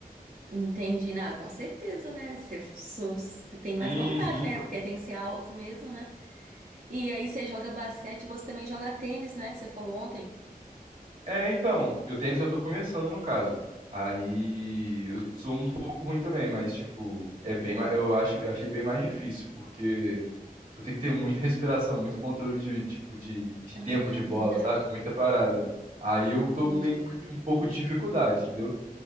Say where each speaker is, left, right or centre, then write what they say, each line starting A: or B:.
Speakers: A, on the right (about 55°); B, on the right (about 40°).
A: <laughs> entendi, na com certeza, né? Você su- você tem mais
B: Uhum.
A: vantagem, né? Porque tem que ser alto mesmo, né? E aí você joga basquete, você também joga tênis, né? Que você falou ontem.
B: É, então, o tênis eu tô começando no caso. Aí eu sou um pouco ruim também, mas tipo, é bem, ma- eu acho, eu achei bem mais difícil, porque tu tem que ter muita respiração, muito controle de, de, de, de
A: Ah,
B: tempo de
A: verdade.
B: bola, sabe? Muita parada. Aí eu tô
A: Entendi.
B: meio que com um pouco de dificuldade, entendeu?